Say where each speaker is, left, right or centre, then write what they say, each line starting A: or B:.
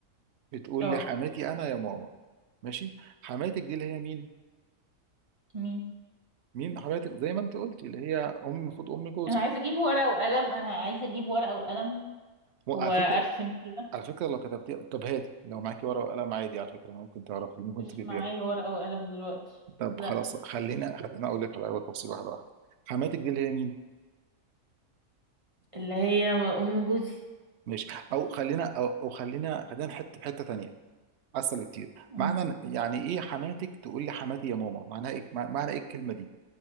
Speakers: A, on the right; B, on the right.
A: بتقول
B: اه
A: لي حماتي انا يا ماما ماشي حماتك دي اللي هي مين
B: مين
A: مين حماتك زي ما انت قلتي اللي هي ام المفروض ام جوزك
B: انا عايزة اجيب ورقة وقلم انا عايزة اجيب ورقة وقلم
A: م-
B: وارسم
A: على فكره
B: كده
A: على فكره لو كتبتيها طب هاتي لو معاكي ورقه وقلم عادي على فكره ممكن تعرفي ممكن
B: مش
A: تجيبيها
B: معايا ورقة وقلم دلوقتي
A: طب
B: لا
A: خلاص خلينا خلينا اقول لك على تفصيل واحده واحده حماتك دي اللي هي مين
B: اللي هي ام جوزي
A: ماشي او خلينا او, أو خلينا خلينا حته في حته تانيه اسهل بكتير
B: مم.
A: معنى إن- يعني ايه حماتك تقول لي حماتي يا ماما معناها ايه مع- معنى ايه الكلمه دي